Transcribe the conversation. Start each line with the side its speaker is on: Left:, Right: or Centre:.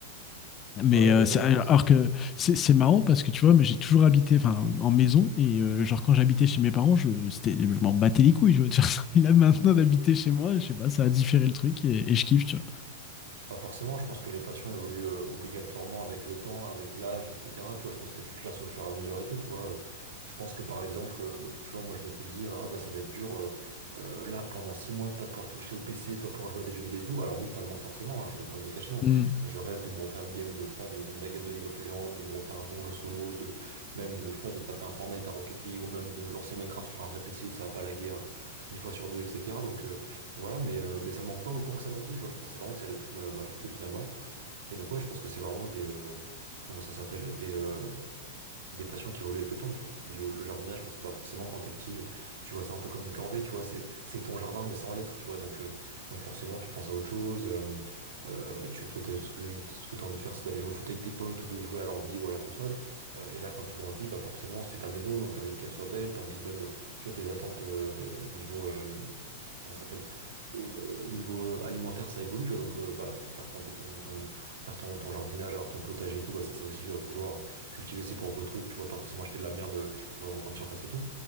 Left: Mais
Right: Ouais,
Left: euh,
Right: bah ça
Left: c'est- alors
Right: je pense.
Left: que c'est c'est marrant parce que tu vois, mais j'ai toujours habité enfin en maison et euh, genre quand j'habitais chez mes parents, je c'était je m'en battais les couilles. Tu vois, Et là <laughs> maintenant d'habiter chez moi, je sais pas, ça a différé le truc et, et je kiffe. Tu vois.
Right: Bah forcément, je pense que les passions évoluent euh, obligatoirement avec le temps, avec l'âge, etc. Tu vois, je pense que tu te lasses au fur et à mesure et tout, tu vois. Je pense que par exemple, euh, tu vois, moi je m'étais dit, euh, ah bah ça va être dur euh, euh, là pendant six mois de pas pouvoir toucher au PC, de pas pouvoir jouer à des jeux vidéo et tout. Alors oui, ça me manque forcément, hein, je vais pas me le cacher. hein.
Left: Mm.
Right: Je rêve de me refaire une game de, je sais pas, de, une vraie game de League of Legends, de me refaire un bon jeu solo, de même de, je sais pas, de taper un Fortnite, un Rocket League, ou même de lancer Minecraft sur un vrai PC où ça va pas laguer hein, une fois sur deux, etc. Donc euh, voilà, mais, euh, mais ça manque pas autant que ça non plus, tu vois. Je pensais vraiment que ça allait plus me- m'affecter au final, non. Et donc, ouais, je pense que c'est vraiment des. euh, comment ça s'appelle? Des. Euh, des passions qui évoluent avec le temps, tu vois, tu dis le, le jardinage parce que bah forcément quand t'es petit, euh, tu vois c'est un peu comme une corvée, tu vois, c'est c'est ton jardin mais sans l'être, tu vois, donc euh, donc forcément tu penses à autre chose, euh, euh, tu toi, t'as- ce que une- ce que t'as envie de faire c'est d'aller jouer au foot avec tes potes ou de jouer à l'ordi ou à la console, Euh, et là quand tu grandis bah forcément c'est ta maison donc t'as envie qu'elle soit belle, t'as envie même tu vois tes attentes euh, niveau euh, comment ça s'appelle euh, niveau euh, alimentaire, ça évolue, tu vois. Donc, euh, bah, f- faire planter ton, ton, faire ton, ton jardinage, avoir ton potager et tout, bah, ça, c'est aussi euh, vouloir cultiver ses propres trucs, tu vois, pas forcément acheter de la merde euh, que tu peux trouver en grande surface et tout.